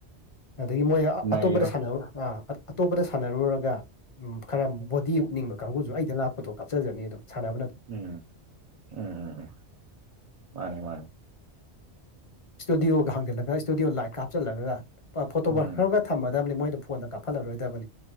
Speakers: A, on the left (about 35°); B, on the right (about 45°).
A: ꯑꯗꯒꯤ ꯃꯣꯏ ꯑꯇꯣꯞꯄꯗ
B: ꯅꯩꯔꯣ
A: ꯁꯥꯟꯅꯔꯨ ꯑ ꯑꯇꯣꯞꯄꯗ ꯁꯥꯟꯅꯔꯨꯔꯒ ꯎꯝ ꯈꯔ ꯕꯣꯗꯤ ꯎꯠꯅꯤꯡꯕ ꯀꯥꯡꯕꯨꯁꯨ ꯑꯩꯗ ꯂꯥꯛꯑ ꯐꯣꯇꯣ ꯀꯥꯞꯆꯖꯔꯅꯤ ꯑꯗꯨꯝ ꯁꯥꯟꯅ__
B: ꯎꯝ ꯎꯝ ꯎꯝ ꯎꯝ ꯃꯥꯅꯦ ꯃꯥꯅꯦ
A: ꯏꯁꯇꯗꯤꯑꯣꯒ ꯍꯥꯡꯖꯤꯜꯂꯒ ꯏꯁꯇꯨꯗꯤꯑꯣ ꯂꯥꯏꯠꯀ ꯍꯥꯞꯁꯤꯜꯂꯒꯒ ꯄꯨꯔꯥ ꯐꯣꯇꯣꯒ꯭ꯔꯥꯐꯔꯒ
B: ꯎꯝ
A: ꯊꯝꯃꯗꯕꯅꯦ ꯃꯣꯏꯗ ꯐꯣꯟꯗ ꯀꯥꯞꯐꯜꯂꯔꯣꯏꯗꯕꯅꯤ